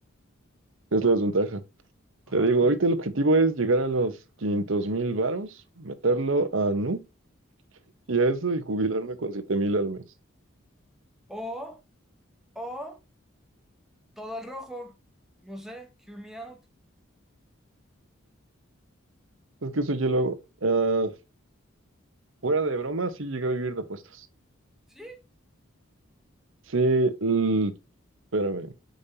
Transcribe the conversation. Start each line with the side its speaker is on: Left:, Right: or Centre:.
Right: Es la desventaja. Te
Centre: Ajá.
Right: digo, ahorita el objetivo es llegar a los quinientos mil varos, meterlo a Nu y a eso y jubilarme con siete mil al mes.
Centre: O, o todo al rojo, no sé, hear me out,
Right: Es que eso yo lo hago. Ah, fuera de broma, sí llegué a vivir de apuestas.
Centre: ¿sí?
Right: Sí, l- espérame,